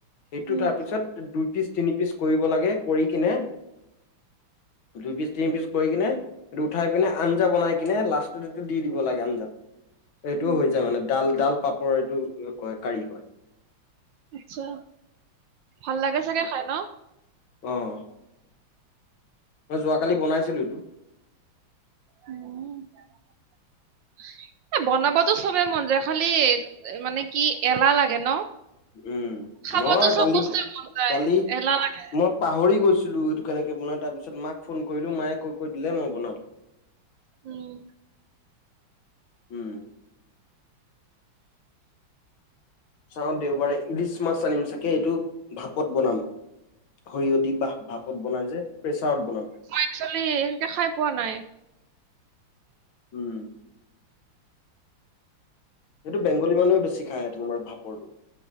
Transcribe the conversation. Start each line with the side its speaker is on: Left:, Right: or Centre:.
Left: এইটো
Right: হুম
Left: তাৰপিছত দুই পিচ তিনি পিচ কৰিব লাগে কৰি কিনে।
Right: <inaudible>
Left: দুই পিচ তিনি পিচ কৰি কিনে এইটো উঠাই পিনে আঞ্জা বনাই কিনে লাষ্টত এইটো দি দিব লাগে আঞ্জাত। এইটোও
Right: হুম
Left: হৈ যায় মানে ডাল ডাল পাপৰ এইটো কয় কাৰী কয়।
Right: আচ্ছা ভাল লাগে চাগে খাই ন?
Left: আহ। মই যোৱাকালি বনাইছিলোঁ এইটো।
Right: উম। <unintelligible> বনাবতো চবে মন যায় খালি মানে কি এলাহ লাগে ন?
Left: উম
Right: খাবতো
Left: নহয়
Right: চব
Left: কালি
Right: বস্তুৱে মন যায়
Left: কালি।
Right: এলাহ লাগে
Left: মই পাহৰি গৈছিলো এইটো কেনেক বনাই তাৰ পিছত মাক ফোন কৰিলো মায়ে কৈ কৈ দিলে মই বনালো।
Right: উম।
Left: উম। চাওঁ দেওবাৰে ইলিচ মাছ আনিম চাগে এইটো ভাপত বনাম সৰিয় দি। বা ভাপত বনাই যে প্ৰেছাৰত বনাম
Right: মই এক্সেলী এনেকে খাই পোৱা নাই।
Left: উম। সেইটো বেংগলী মানুহে বেছি খাই তোমাৰ ভাপৰটো।